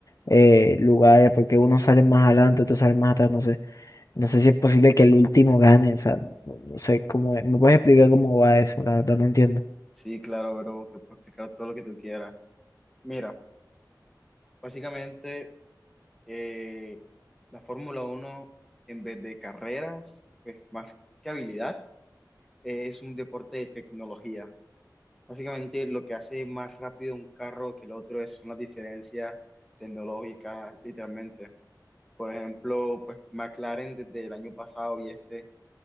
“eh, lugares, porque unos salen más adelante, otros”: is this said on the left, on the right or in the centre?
Left